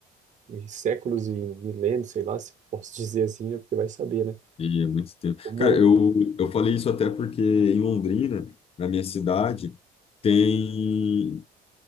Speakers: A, on the right; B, on the left.
A: e séculos e milênios, sei lá, se posso dizer assim, né? Porque vai saber, né?
B: e é muito tempo.
A: Como,
B: Cara, eu, eu falei isso até porque em Londrina, na minha cidade, tem.